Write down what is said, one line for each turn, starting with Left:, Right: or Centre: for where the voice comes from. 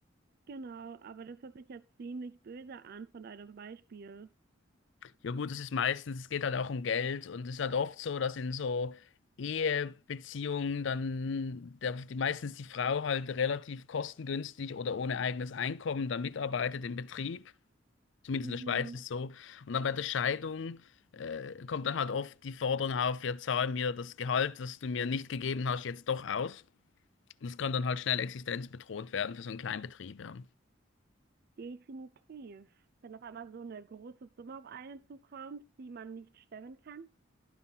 Right: Genau, aber das hört sich jetzt ziemlich böse an von deinem Beispiel.
Left: Ja gut, das ist meistens, es geht halt auch um Geld und es ist halt oft so, dass in so Ehebeziehungen dann der, die, meistens die Frau halt relativ kostengünstig oder ohne eigenes Einkommen dann mitarbeitet im Betrieb, zumindest
Right: Mhm,
Left: in der Schweiz ist so. Und dann bei der Scheidung äh, kommt dann halt oft die Forderung auf, ja zahl mir das Gehalt, das du mir nicht gegeben hast, jetzt doch aus. Und das kann dann halt schnell existenzbedrohend werden für so einen kleinen Betrieb, ja.
Right: definitiv. Wenn auf einmal so eine große Summe auf einen zukommt, die man nicht stemmen kann.